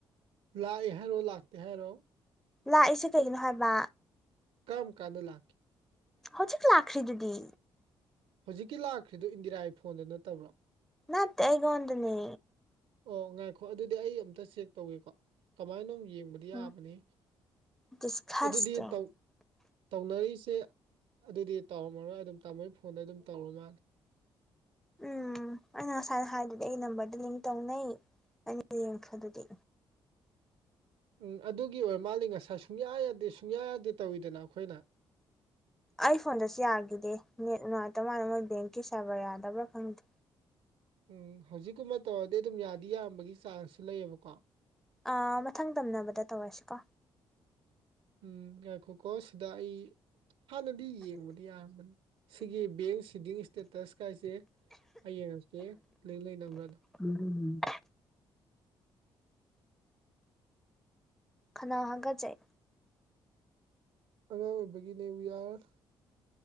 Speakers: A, on the right; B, in the centre.
A: ꯂꯥꯛꯑꯦ ꯍꯥꯏꯔꯣ ꯂꯥꯛꯇꯦ ꯍꯥꯏꯔꯣ
B: ꯂꯥꯛꯏꯁꯦ ꯀꯩꯒꯤꯅꯣ ꯍꯥꯏꯕ
A: ꯀꯝ ꯀꯥꯟꯅ ꯂꯥꯛꯀ‌ꯦ
B: ꯍꯧꯖꯤꯛ ꯂꯈ꯭ꯔꯤꯗꯨꯗꯤ
A: ꯍꯧꯖꯤꯛꯀꯤ ꯂꯥꯛꯈ꯭ꯔꯤꯗꯣ ꯏꯟꯗꯤꯔꯥꯒꯤ ꯐꯣꯟꯗ ꯅꯠꯇꯕ꯭ꯔꯣ
B: ꯅꯠꯇ‌ꯦ ꯑꯩꯉ‌ꯣꯟꯗꯅꯤ
A: ꯑꯣ ꯉꯥꯏꯈꯣ ꯑꯗꯨꯗꯤ ꯑꯩ ꯑꯝꯇ ꯆꯦꯛ ꯇꯧꯒꯦꯀꯣ ꯀꯃꯥꯏꯅꯣ ꯌꯦꯡꯕꯅ
B: ꯎꯝ
A: ꯌꯥꯕꯅꯤ
B: ꯗꯤꯁꯀꯥꯁꯇꯤꯡ
A: ꯑꯗꯨꯗꯤ ꯇꯧ ꯇꯧꯅꯔꯛꯏꯁꯦ ꯑꯗꯨꯗꯤ ꯇꯧꯔꯝꯃꯔꯣꯏ ꯑꯗꯨꯝ ꯇꯥꯃꯣ ꯐꯣꯟꯗ ꯑꯗꯨꯝ ꯇꯧꯔ ꯃꯥꯜꯂꯦ
B: ꯎꯝ ꯑꯩꯅ ꯉꯁꯥꯏꯅ ꯍꯥꯏꯗꯨꯗꯤ ꯑꯩ ꯅꯝꯕꯔꯗ ꯂꯤꯡ ꯇꯧꯅꯩ ꯑꯩꯅ ꯌꯦꯡꯈ꯭ꯔ ꯑꯗꯨꯗꯤ
A: ꯎꯝ ꯑꯗꯨꯒꯤ ꯑꯣꯏꯔ ꯃꯥꯜꯂꯤ ꯉꯁꯥꯏ ꯁꯨꯡꯌꯥ ꯌꯥꯗꯦ ꯁꯨꯡꯌꯥ ꯌꯥꯗꯦ ꯇꯧꯋꯤꯗꯅ ꯑꯩꯈꯣꯏꯅ
B: ꯑꯩ ꯐꯣꯟꯗꯁꯨ ꯌꯥꯒꯤꯗꯦ ꯅꯦꯠ ꯅꯨꯡꯉꯥꯏꯇꯕ ꯃꯥꯅ ꯃꯣꯏ ꯕꯦꯡꯀꯤ ꯁꯥꯚꯔ ꯌꯥꯗꯕ꯭ꯔꯥ ꯈꯪꯗꯦ
A: ꯎꯝ ꯍꯧꯖꯤꯛꯀꯨꯝꯕ ꯇꯧꯔꯗꯤ ꯑꯗꯨꯝ ꯌꯥꯗꯤ ꯌꯥꯝꯕꯒꯤ ꯆꯥꯟꯁꯁꯨ ꯂꯩꯌꯦꯕꯀꯣ
B: ꯑꯥ ꯃꯊꯪ ꯇꯝꯅꯕꯗ ꯇꯧꯔꯁꯤꯀꯣ
A: ꯎꯝ ꯌꯥꯏꯈꯣꯀꯣ ꯁꯤꯗ ꯑꯩ ꯍꯥꯟꯅꯗꯤ ꯌꯦꯡꯕꯗꯤ ꯌꯥꯝꯒꯅꯤ ꯁꯤꯒꯤ ꯕꯦꯡ ꯁꯤꯗꯤꯡ ꯏꯁꯇꯦꯇꯁ ꯀꯥꯏꯁꯦ ꯍ ꯌꯦꯡꯉꯛꯀꯦ ꯂꯤꯡ ꯂꯩꯅꯕ꯭ꯔꯥꯗꯣ
B: ꯎꯝ ꯈꯅꯥꯎ ꯍꯥꯒꯠꯆꯩ
A: ꯑꯉꯥꯡ ꯑꯣꯏꯕꯒꯤꯅꯦ ꯋꯤ ꯑꯥꯔ